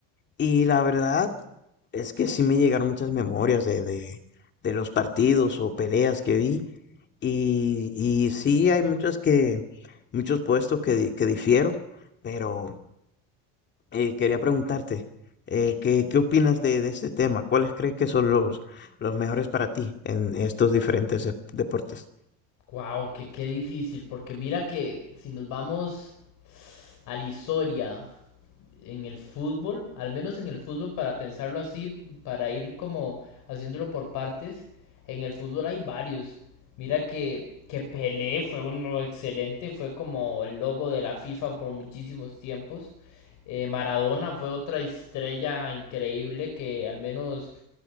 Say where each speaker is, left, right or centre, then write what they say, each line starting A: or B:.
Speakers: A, on the left; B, on the left.
A: Y la verdad es que sí me llegaron muchas memorias de, de, de los partidos o peleas que vi. Y, y sí hay muchos que, muchos puestos que, di- que difiero, pero Eh, quería preguntarte, eh, ¿qué, qué opinas de, de este tema? ¿Cuáles crees que son los, los mejores para ti en estos diferentes dep- deportes?
B: Wow, que qué difícil, porque mira que si nos vamos a la historia en el fútbol, al menos en el fútbol para pensarlo así, para ir como haciéndolo por partes, en el fútbol hay varios. Mira que que Pelé fue uno excelente, fue como el logo de la FIFA por muchísimos tiempos. Eh, Maradona fue otra estrella increíble que al menos